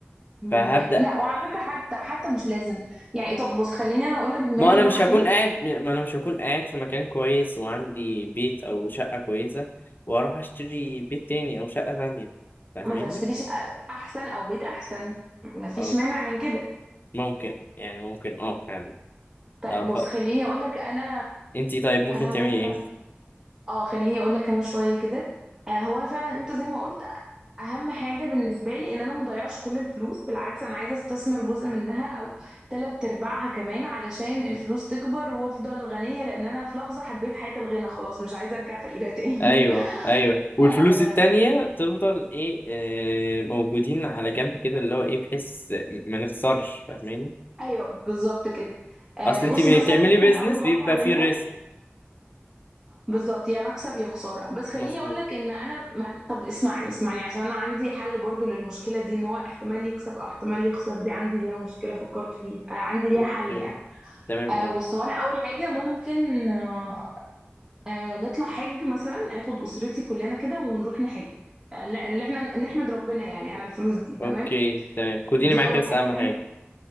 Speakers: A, on the right; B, on the left.
A: م...
B: فهبدا
A: لا وعلى فكرة حتى حتى مش لازم يعني طب بص خليني انا اقول لك دماغي
B: ما انا
A: رايحة
B: مش
A: فين
B: هكون قاعد ما انا مش هكون قاعد في مكان كويس وعندي بيت او شقه كويسه واروح اشتري بيت تاني او شقه تانية فاهماني
A: ما انت هتشتري شقة احسن او بيت احسن ما فيش
B: أم-
A: مانع من كده
B: ممكن يعني ممكن اه فعلا
A: طيب
B: اه ف...
A: بص خليني اقول لك انا
B: انتي طيب ممكن
A: انا
B: تعملي
A: مثلا
B: ايه
A: اه خليني اقول لك انا شويه كده آه هو أنا فعلا انت زي ما قلت اهم حاجه بالنسبه لي ان انا مضيعش كل الفلوس بالعكس انا عايزه استثمر جزء منها او تلات ارباعها كمان علشان الفلوس تكبر وافضل غنيه لان انا في لحظه حبيت حياه الغنى خلاص مش عايزه ارجع فقيره تاني
B: ايوه ايوه
A: <laughs>
B: والفلوس
A: آه
B: التانية تفضل ايه آه، موجودين على جنب كده اللي هو ايه بحيث ما نخسرش فاهماني
A: ايوه بالظبط كده آه
B: اصل
A: بص
B: انت بتعملي
A: مثلا ممكن
B: بيزنس
A: اول حاجه
B: بيبقى
A: اعملها
B: فيه ريسك
A: بالظبط يا مكسب يا خساره بس خليني
B: مظبوط
A: اقول لك ان انا ما... طب اسمعني اسمعني عشان انا عندي حل برضو للمشكله دي ان هو احتمال يكسب او احتمال يخسر دي عندي ليها مشكله فكرت فيها آه عندي ليها
B: اوكي
A: حل يعني
B: تمام
A: آه
B: قول
A: بص هو انا اول حاجه ممكن آه آه نطلع حج مثلا اخد اسرتي كلنا كده ونروح نحج آه لا اللي احنا نحمد ربنا يعني على الفلوس دي تمام
B: اوكي تمام خديني
A: دي
B: معاكي
A: اول
B: بس
A: حاجه
B: اهم
A: تاني
B: حاجة